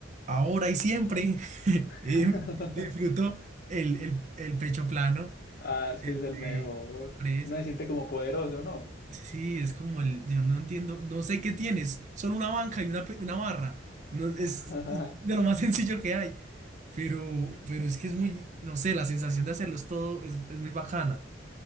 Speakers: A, on the right; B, on the left.
A: ahora y siempre <laughs>
B: <laughs>
A: eh, disfruto el, el, el pecho plano,
B: Ah, es
A: el
B: que es el
A: de
B: mejor.
A: press.
B: Uno se siente como poderoso, ¿no?
A: Sí, es como el, yo no entiendo, no sé qué tienes, solo una banca y una, pe- una barra. No,
B: <laughs>
A: es, es de lo más <laughs> sencillo que hay. Pero, pero es que es muy, no sé, la sensación de hacerlo es todo, es, es muy bacana.